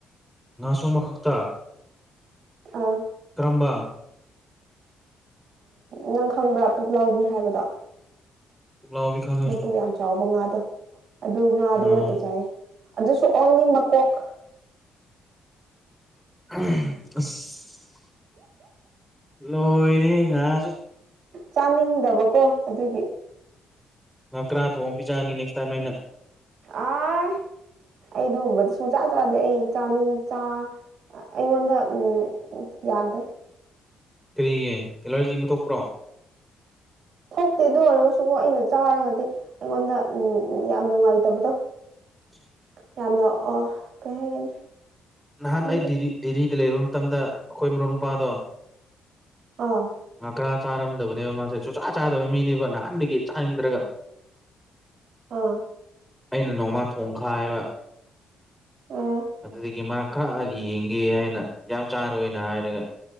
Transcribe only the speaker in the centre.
ꯉꯥꯥꯁ ꯑꯃꯈꯛꯇ
ꯀꯔꯝꯕ
ꯄꯨꯛꯂꯥꯎꯕꯤ ꯈꯪꯉꯦ
ꯑꯥ
ꯑꯁ ꯂꯣꯏꯔꯤ ꯉ ꯊ
ꯉꯍꯥꯛ ꯀꯔꯥ ꯊꯣꯡꯑ ꯄꯤꯖꯛꯑꯅꯤ ꯅꯦꯛꯁ ꯇꯥꯏꯝ ꯑꯩꯅ
ꯀꯔꯤꯒꯤ ꯑꯦꯂꯔꯖꯤ ꯑꯃ ꯊꯣꯛꯄ꯭ꯔꯣ
ꯁꯤꯠ <inaudible>
ꯅꯍꯥꯟ
ꯑꯩ ꯗꯦꯜꯂꯤꯗ ꯂꯩꯕ ꯃꯇꯝꯗ ꯑꯩꯈꯣꯏ ꯃꯔꯨꯞ ꯅꯨꯄꯥꯗꯣ
ꯃꯀꯥ ꯆꯥꯔꯝꯗꯕꯅꯦꯕ ꯃꯥꯁꯦ ꯆꯨꯆꯥ ꯆꯥꯗꯕ ꯃꯤꯅꯦꯕ ꯅꯍꯥꯟꯗꯒꯤ ꯆꯥꯅꯤꯡꯗ꯭ꯔꯒ꯫
ꯑꯩꯅ ꯅꯣꯡꯃꯥ ꯊꯣꯡꯈꯥꯏꯕ꯫
ꯑꯗꯨꯗꯒꯤ ꯃꯥ ꯈꯔꯑ ꯌꯦꯡꯒꯦ ꯍꯥꯏꯅ ꯌꯥꯝ ꯆꯥꯔꯣꯏꯅ ꯍꯥꯏꯔꯒ꯫